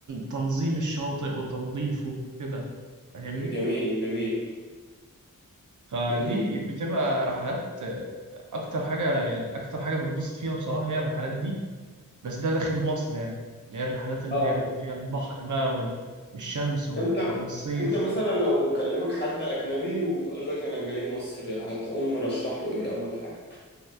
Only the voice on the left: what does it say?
مم، جميل جميل
امم
اه
انت
انت مثلا لو كلمك حد أجنبي وقال لك أنا جاي مصر هتقوم مرشح له إيه أول حاجة؟